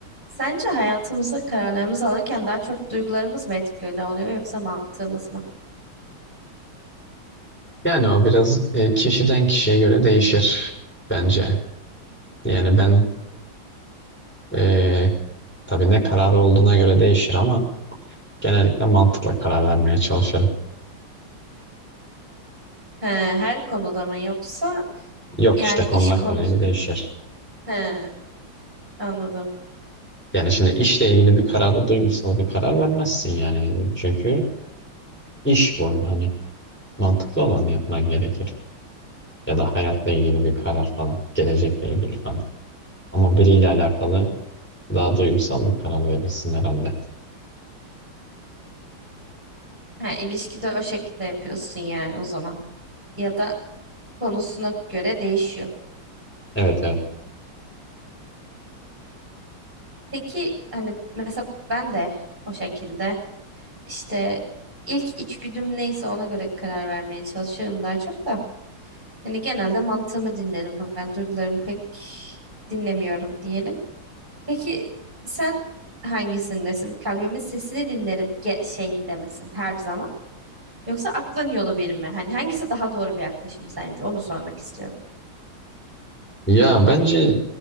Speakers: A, on the right (about 20°); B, in the centre.
A: Sence hayatımızda kararlarımızı alırken daha çok duygularımız mı etkili oluyor yoksa mantığımız mı?
B: Yani o biraz e, kişiden kişiye göre değişir bence. Yani ben e, tabii ne kararı olduğuna göre değişir ama genellikle mantıkla karar vermeye çalışırım.
A: He, her konuda mı yoksa
B: Yok
A: yani
B: işte konudan
A: iş konusu?
B: konuya göre değişir.
A: He, anladım.
B: Yani şimdi işle ilgili bir kararda duygusal bir karar vermezsin yani. Çünkü iş bu. Hani mantıklı olanı yapman gerekir. Ya da hayatla ilgili bir karar falan. Gelecekle ilgili falan. Ama biriyle alakalı daha duygusal bir karar verirsin herhalde.
A: He, ilişkide o şekilde yapıyorsun yani o zaman. Ya da konusuna göre değişiyor.
B: Evet evet.
A: Peki hani mesela ben de o şekilde işte ilk içgüdüm neyse ona göre karar vermeye çalışırım daha çok da. Yani genelde mantığımı dinlerim. Ben duygularımı pek dinlemiyorum diyelim. Peki sen hangisindesin? Kalbimin sesini dinlerim ge şeyinde misin her zaman? Yoksa aklın yolu bir mi? Hani hangisi daha doğru bir yaklaşım sence? Onu sormak istiyorum.
B: Ya bence